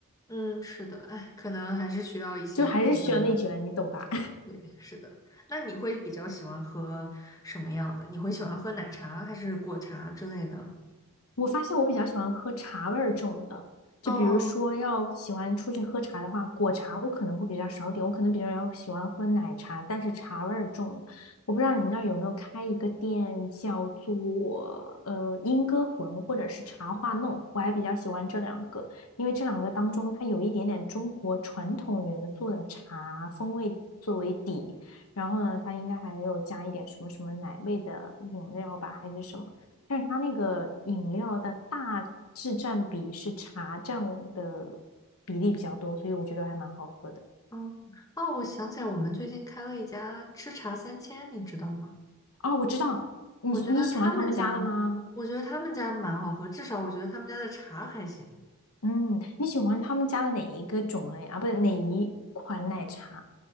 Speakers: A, on the left (about 15°); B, on the left (about 70°).
A: 嗯，是的，哎，可能还是需要一些竞争吧。
B: 就还是需要内卷，你懂吧？
A: 对，是的。那你会比较喜欢喝什么样的？你会喜欢喝奶茶还是果茶之类的？
B: 我发现我比较喜欢喝茶味儿重的，就比如说要喜欢出去喝茶的话，
A: 哦，
B: 果茶我可能会比较少点，我可能比较要喜欢喝奶茶，但是茶味儿重的，我不知道你那儿有没有开一个店叫做呃莺歌魂或者是茶话弄，我还比较喜欢这两个，因为这两个当中它有一点点中国传统元素的茶风味作为底，然后呢，它应该还有加一点什么什么奶味的饮料吧，还是什么。但是它那个饮料的大致占比是茶这样的比例比较多，所以我觉得还蛮好喝的。
A: 哦哦，我想起来，我们最近开了一家吃茶三千，你知道吗？
B: 啊，我知道，你你喜欢他们家的吗？
A: 我觉得他们家，我觉得他们家蛮好喝，至少我觉得他们家的茶还行。
B: 嗯，你喜欢他们家的哪一个种类啊？不是哪一款奶茶？